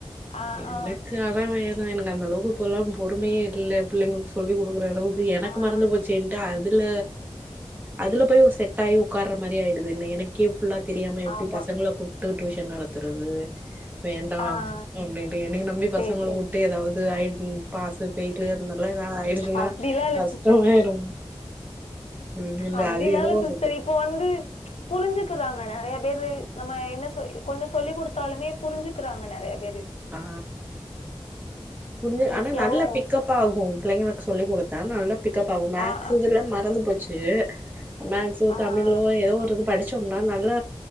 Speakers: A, on the left; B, on the right.
A: ஆ
B: எனக்கு
A: ஆ.
B: ஆனா வே நா எனக்கு அந்த அளவுக்கு இப்பல்லா பொறுமையே இல்ல பிள்ளைங்களுக்கு சொல்லி கொடுக்குற அளவுக் எனக்கு
A: ஆ
B: மறந்து
A: ஆ.
B: போச்சேன்ட்டு அது அதுல அதுல போய் செட் ஆயி உக்காற மாரி ஆயிடுதுனு எனக்கே ஃபுல்லா தெரியாம எப்படி
A: ஆமா.
B: பசங்கள கூப் டு டியூஷன் நடத்துறது வேண்டா
A: ஆ ஆ.
B: அப்படின்ட்டு என்னைய நம்பி
A: சரி,
B: பசங்கள
A: சரி.
B: விட்டு ஏதாவது ஆயி ம் பாசு <unintelligible> எதாவது ஆயிடுச்சுன்னா
A: அப்டிலாம் இல்ல
B: கஷ்டம்
A: சிஸ்டர்.
B: ஆகிடு ம் இல்ல
A: அப்டிலா
B: அது எதோ
A: இல்ல
B: வருது
A: சிஸ்டர் இப்போ வந்து புரிஞ்சுக்குறாங்க நெறைய பேரு நம்ம என்ன சொ கொஞ்சோ சொல்லி கொடுத்தாலுமே புரிஞ்சுக்கிறாங்க நெறைய பேரு
B: ஆ புரிஞ்சு
A: ஈஸியாவு
B: ஆனா நல்லா பிக்கப் ஆகும் பிள்ளைங்களுக்கு சொல்லி கொடுத்தா நல்ல பிக்கப் ஆகு மேக்ஸ்
A: ஆ ஆ
B: இதுல மறந்து போச்சு <unintelligible> மேக்ஸோ
A: ஆ
B: தமிழோ
A: ஆ
B: எதோ ஒரு இது படிச்சோம்னா நல்லா